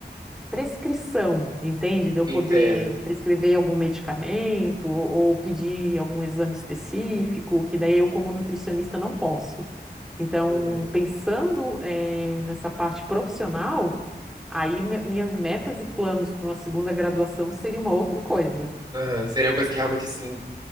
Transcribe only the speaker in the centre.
prescrição, entende? De eu
poder prescrever algum medicamento ou pedir algum exame específico, que daí eu, como nutricionista, não posso. Então,
pensando, eh, nessa parte profissional, aí mi- minhas metas e planos para uma segunda graduação seria uma outra coisa,